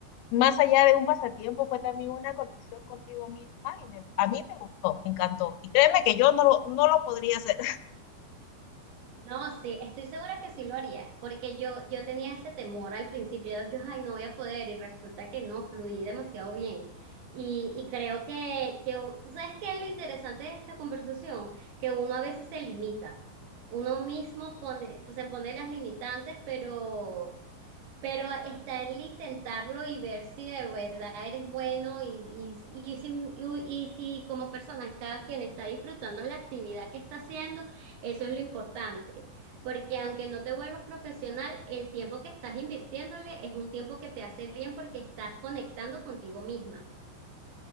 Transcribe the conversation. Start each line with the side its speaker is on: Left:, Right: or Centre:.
Left: más allá de un pasatiempo fue también una conexión contigo misma y me, a mí me gustó, me encantó. Y créeme que yo no, lo- no lo podría hacer.
Right: No, sí, estoy segura que sí lo harías, porque yo, yo tenía ese temor al principio, yo, ay, no voy a poder, y resulta que no, fluí demasiado bien. Y, y creo que, que, u- ¿tú sabes qué es lo interesante de esta conversación? Que uno a veces se limita, uno mismo pone, pues, se pone las limitantes, pero Pero está el intentarlo y ver si de verdad eres bueno y, y, y si, y si como persona cada quien está disfrutando la actividad que está haciendo, eso es lo importante. Porque aunque no te vuelvas profesional, el tiempo que estás invirtiéndole es un tiempo que te hace bien porque estás conectando contigo misma.